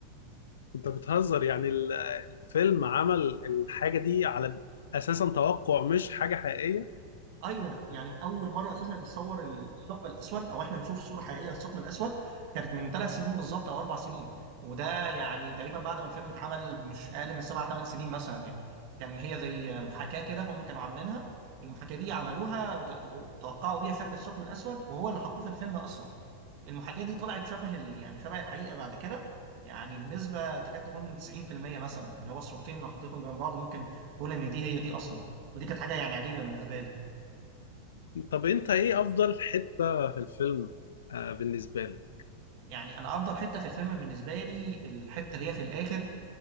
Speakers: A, on the left; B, on the right.
A: انت بتهزر يعني ال- الفيلم عمل الحاجة دي على اساسا توقع مش حاجة حقيقية
B: ايوه يعني اول مره اساسا يتصور الثقب الاسود او احنا نشوف صوره حقيقيه للثقب الاسود كانت من ثلاث سنين بالظبط او اربع سنين وده يعني تقريبا بعد ما الفيلم اتعمل مش اقل من سبع ثمان سنين مثلا يعني كان هي زي محاكاه كده هم كانوا عاملينها المحاكاه دي عملوها وت- وتوقعوا بيها شكل الثقب الاسود وهو اللي حطوه في الفيلم اصلا المحاكاه دي طلعت شبه ال... يعني شبه الحقيقه بعد كده يعني بنسبه تكاد تكون 90% مثلا اللي هو الصورتين لو حطيتهم جنب بعض ممكن تقول ان دي هي دي اصلا ودي كانت حاجه يعني عجيبه بالنسبه لي
A: طب انت ايه افضل حتة في الفيلم آه، بالنسبة لك
B: يعني انا افضل حته في الفيلم بالنسبه لي الحته اللي هي في الاخر